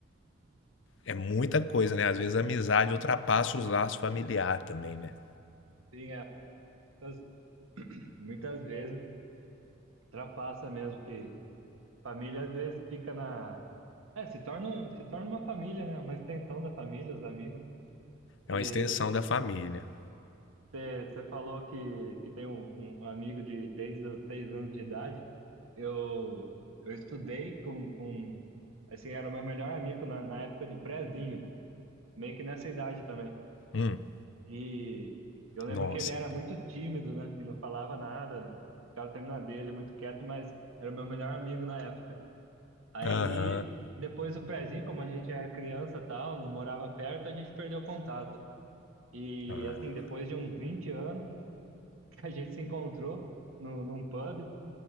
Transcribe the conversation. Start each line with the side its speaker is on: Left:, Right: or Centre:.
Left: É muita coisa, né? Às vezes a amizade ultrapassa os laços familiares também, né?
Right: sim, é, muitas, muitas vezes ultrapassa mesmo que Família às vezes fica na. É, se torna, um, se torna uma família, né? Uma extensão da família, os amigos. E
Left: É uma extensão da família.
Right: você falou que, que tem um, um amigo de desde os seis anos de idade. Eu, eu estudei com, com. Assim, era o meu melhor amigo na, na época de prézinho, meio que nessa idade também.
Left: Hum,
Right: E eu lembro
Left: nossa.
Right: que ele era muito tímido, né? E não falava nada, né? Ficava sempre na dele, muito quieto, mas era o meu melhor amigo na época. Aí,
Left: Aham.
Right: depois do prézinho, como a gente era criança e tal, não morava perto, a gente perdeu contato. E,
Left: Ah,
Right: assim, depois de uns 20 anos, <laughs> que a gente se encontrou no, num pub.